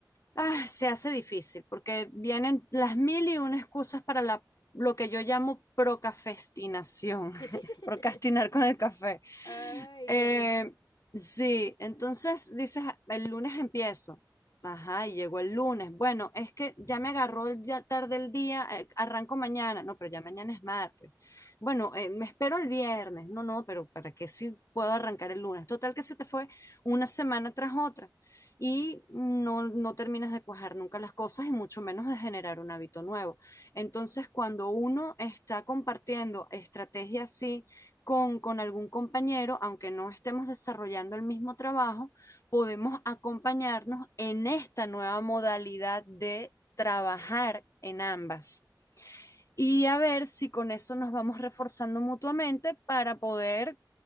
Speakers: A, on the left; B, on the left.
A: ah, se hace difícil porque vienen las mil y una excusas para la, lo que yo llamo procafestinación, <laughs>
B: <laughs>
A: procrastinar con el café.
B: Ay,
A: Eh,
B: qué rico.
A: sí, entonces dices, "Ah, el lunes empiezo. Ajá, y llegó el lunes. Bueno, es que ya me agarró el día- tarde el día, eh, arranco mañana. No, pero ya mañana es martes. Bueno, eh, me espero el viernes. No, no, pero ¿para qué si puedo arrancar el lunes? Total que se te fue una semana tras otra y no, no terminas de cuajar nunca las cosas y mucho menos de generar un hábito nuevo. Entonces, cuando uno está compartiendo estrategias así, con, con algún compañero, aunque no estemos desarrollando el mismo trabajo, podemos acompañarnos en esta nueva modalidad de trabajar en ambas. Y a ver si con eso nos vamos reforzando mutuamente para poder